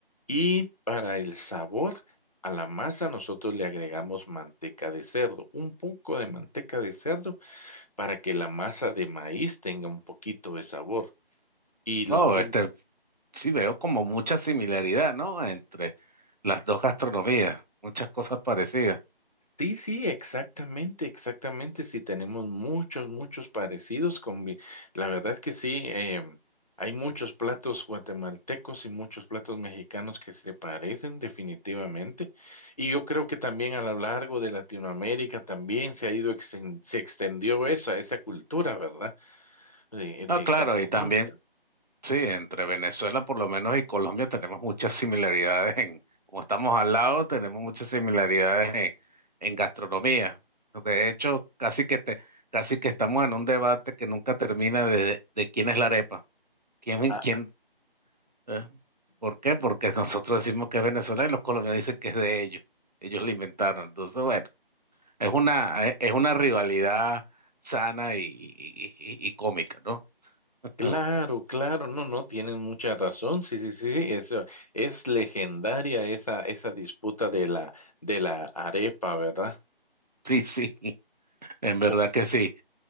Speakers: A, on the left (about 40°); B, on the right (about 45°).
A: Y para el sabor, a la masa nosotros le agregamos manteca de cerdo, un poco de manteca de cerdo para que la masa de maíz tenga un poquito de sabor. Y lo
B: Oh,
A: ponemos.
B: este, sí veo como mucha similaridad, ¿no? Entre las dos gastronomías, muchas cosas parecidas.
A: Sí, sí, exactamente, exactamente. Sí, tenemos muchos, muchos parecidos con mi- La verdad que sí, em, hay muchos platos guatemaltecos y muchos platos mexicanos que se parecen definitivamente. Y yo creo que también a lo largo de Latinoamérica también se ha ido, exten- se extendió esa, esa cultura, ¿verdad? De, de
B: Ah, claro,
A: gastronómica.
B: y también, sí, entre Venezuela por lo menos y Colombia tenemos muchas similaridades en, como estamos al lado, tenemos muchas similaridades en, en gastronomía. De hecho, casi que te, casi que estamos en un debate que nunca termina de, de quién es la arepa. ¿Quién,
A: Ah,
B: quién, eh, ¿por qué? Porque nosotros decimos que es Venezuela y los colombianos dicen que es de ellos. Ellos la inventaron. Entonces, bueno. Es una, eh, es una rivalidad sana y, y- y- y cómica, ¿no? <laughs>
A: Claro, claro, no, no, tienen mucha razón. Sí, sí, sí, sí, eso es legendaria esa esa disputa de la de la arepa, ¿verdad?
B: Sí, sí, en verdad
A: O-
B: que sí.